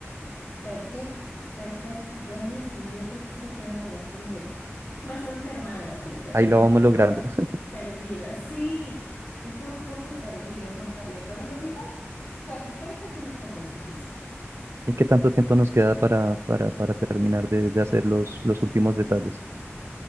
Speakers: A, on the left; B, on the right.
A: Perfecto, perfecto, buenísimo. Yo creo que está quedando bastante, bastante armada la fiesta.
B: Ahí
A: Realmente
B: lo vamos
A: estaba
B: logrando. <laughs>
A: perdida. Sí, estaba un poco perdida, no sabía, pero en realidad, bueno, parece que no está tan difícil.
B: ¿Y qué tanto tiempo nos queda para, para, para terminar de, de hacer los, los últimos detalles?